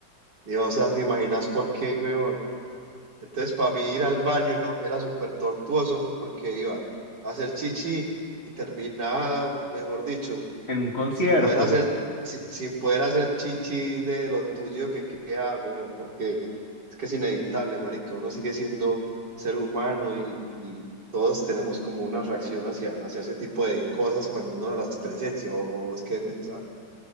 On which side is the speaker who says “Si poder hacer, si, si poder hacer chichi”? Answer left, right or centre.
Right